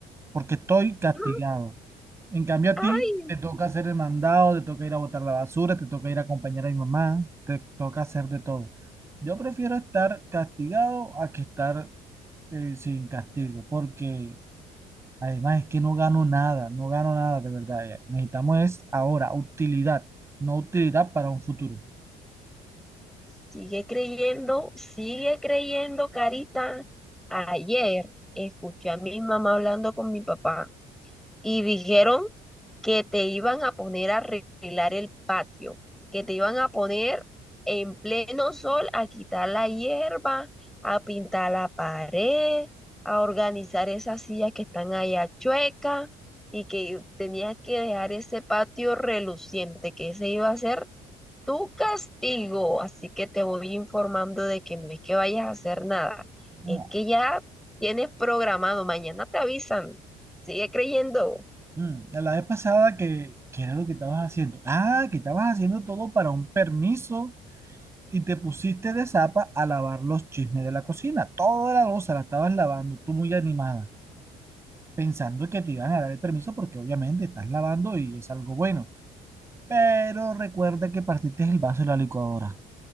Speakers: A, on the right; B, in the centre.
A: porque estoy castigado.
B: Mm,
A: En cambio a ti
B: Ay,
A: te toca hacer el mandado, te toca ir a botar la basura, te toca ir a acompañar a mi mamá, te toca hacer de todo. Yo prefiero estar castigado a que estar eh, sin castigo, porque además es que no gano nada, no gano nada de verdad. ya. Necesitamos es ahora utilidad, no utilidad para un futuro.
B: sigue creyendo, sigue creyendo, Carita. Ayer escuché a mi mamá hablando con mi papá y dijeron que te iban a poner a arreglar el patio, que te iban a poner en pleno sol a quitar la hierba, a pintar la pared, a organizar esas sillas que están allá chuecas y que tenías que dejar ese patio reluciente, que ese iba a ser tu castigo. Así que te voy informando de que no es que vayas a hacer nada,
A: No.
B: es que ya tienes programado, mañana te avisan. Sigue creyendo.
A: Mm, La vez pasada que, ¿qué era lo que estabas haciendo? Ah, que estabas haciendo todo para un permiso y te pusiste de zapa a lavar los chismes de la cocina. Toda la loza la estabas lavando, tú muy animada, pensando que te iban a dar el permiso porque obviamente estás lavando y es algo bueno. Pero recuerda que partiste el vaso de la licuadora.